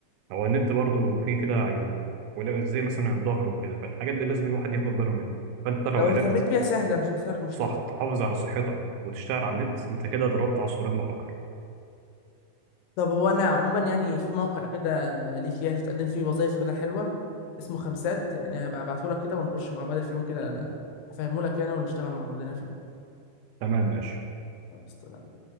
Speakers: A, on the right (about 85°); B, on the left (about 85°).
A: هو النت برضه فيه كده عيوب ولا زي مثلا الظهر وكده فالحاجات دي لازم الواحد ياخد باله منها فانت لو
B: لو
A: عرفت
B: اهتميت بيها سهلة مش هتحصلك مشكلة
A: صح تحافظ على صحتك وتشتغل على النت انت كده ضربت عصفورين بحجر
B: طب هو أنا عموما يعني في موقع كده ليك يعني تقدم فيه وظايف كده حلوة اسمه خمسات يعني هبعتهولك كده ونخش مع بعض في يوم كده أفهمهولك يعني ونشتغل مع بعضنا فيه
A: تمام ماشي
B: خلاص، تمام.